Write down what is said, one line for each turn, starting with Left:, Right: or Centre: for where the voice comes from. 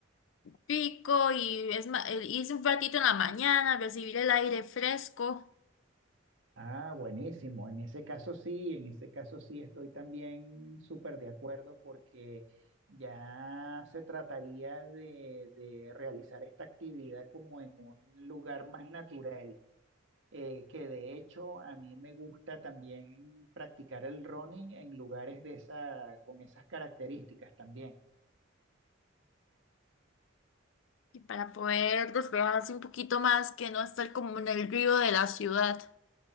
Left: pico y es ma- el irse un ratito en la mañana, recibir el aire fresco.
Right: Ah, buenísimo. En ese caso sí, en ese caso sí estoy también súper de acuerdo porque ya se trataría de, de realizar esta actividad como en un lugar más natural. eh, que de hecho a mí me gusta también practicar el running en lugares de esa, con esas características también.
Left: Y para poder despejarse un poquito más, que no estar como en el río de la ciudad.